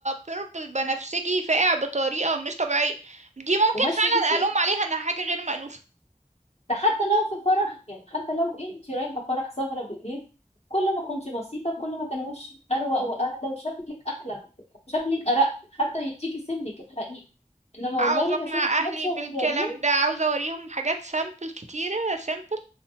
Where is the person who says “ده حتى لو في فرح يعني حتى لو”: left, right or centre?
Left